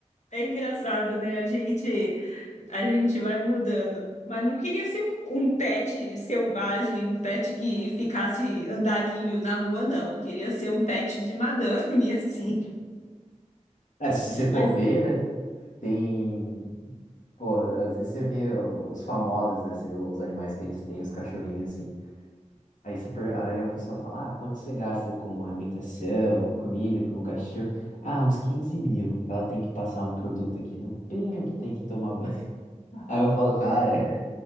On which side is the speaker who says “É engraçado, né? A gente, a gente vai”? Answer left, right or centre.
Left